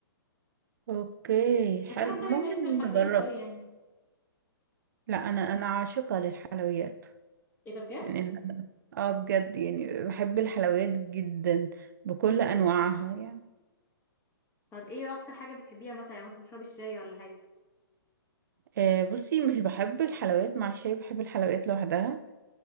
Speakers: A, on the right; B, on the left.
A: اوكي حلو
B: بس انا في طبيعي
A: ممكن
B: ماليش في الحلويات
A: نجرب
B: قوي يعني
A: لا انا انا عاشقة للحلويات
B: ايه ده بجد
A: يعني أنا- اه بجد يعني بحب الحلويات جدا بكل انواعها يعني
B: طب ايه اكتر حاجه بتحبيها مثلا يعني انت بتشربي الشاي ولا حاجه
A: آه بصي مش بحب الحلويات مع الشاي بحب الحلويات لوحدها